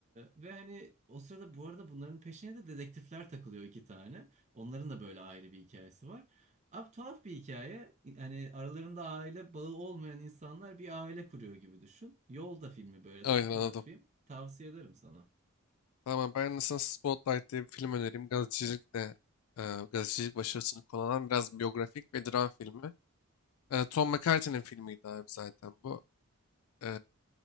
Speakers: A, on the right; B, on the left.
A: ve hani o sırada bu arada bunların peşine de dedektifler takılıyor iki tane. Onların da böyle ayrı bir hikayesi var. Abi tuhaf bir hikaye. Hani aralarında aile bağı olmayan insanlar bir aile kuruyor gibi düşün. Yolda filmi böyle
B: Aynen
A: tatlı
B: anladım.
A: da bir film. Tavsiye ederim sana.
B: Tamam ben de sana Spotlight diye bir film önereyim. Gazetecilikle, e, gazetecilik başarısını konu alan biraz biyografik ve dram filmi. E, Tom McCarthy'nin filmiydi abi zaten bu. E,